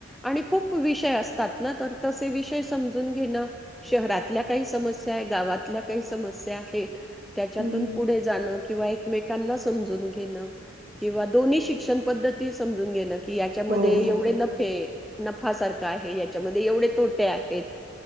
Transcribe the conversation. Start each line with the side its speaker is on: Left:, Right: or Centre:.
Centre: आणि खूप विषय असतात ना तर तसे विषय समजून घेणं शहरातल्या काही समस्याय गावातल्या काही समस्या आहेत त्याच्यातून
Right: हम्म
Centre: पुढे जाणं किंवा एकमेकांना समजून घेणं किंवा दोन्ही शिक्षण पद्धती समजून घेण की याच्यामध्ये
Right: हो हो
Centre: एवढे <inaudible> हे नफासारखं आहे याच्यामध्ये एवडे तोटे आहेत